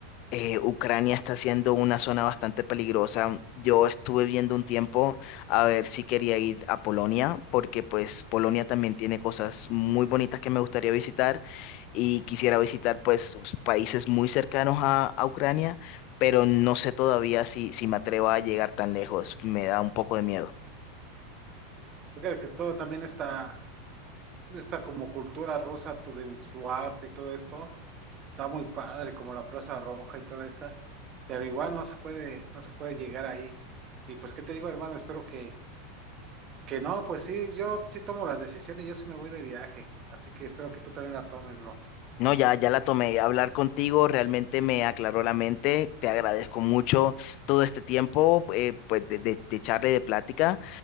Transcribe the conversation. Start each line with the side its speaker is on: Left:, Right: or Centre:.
Left: eh, Ucrania está siendo una zona bastante peligrosa. Yo estuve viendo un tiempo a ver si quería ir a Polonia, porque pues Polonia también tiene cosas muy bonitas que me gustaría visitar y quisiera visitar pues países muy cercanos a, a Ucrania, pero no sé todavía si, si me atrevo a llegar tan lejos. Me da un poco de miedo.
Right: Fíjate que todo también está, está como cultura rusa, todo en su arte y todo esto está muy padre, como la Plaza Roja y toda esta, pero igual no se puede, no se puede llegar ahí. Y pues, ¿qué te digo, hermano? Espero que, que no, pues sí, yo sí tomo la decisión y yo sí me voy de viaje, así que espero que tú también la tomes, bro.
Left: No, ya, ya la tomé. Hablar contigo realmente me aclaró la mente. Te agradezco mucho todo este tiempo, eh, pues, de, de, de charla y de plática.